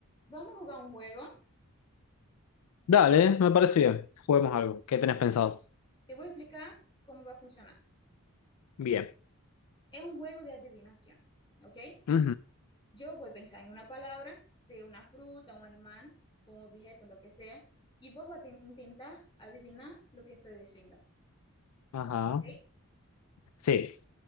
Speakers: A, on the left (about 20°); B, on the left (about 80°).
A: Vamos a jugar un juego.
B: Dale, me parece bien. Juguemos algo. ¿Qué tenés
A: Bien,
B: pensado?
A: Te voy a explicar cómo va a funcionar.
B: Bien.
A: Es un juego de adivinación, ¿ok?
B: Ujú.
A: Yo voy a pensar en una palabra, sea una fruta, un animal, un objeto, lo que sea, y vos vas a te- intentar adivinar lo que estoy diciendo,
B: Ajá.
A: ¿ok?
B: Sí,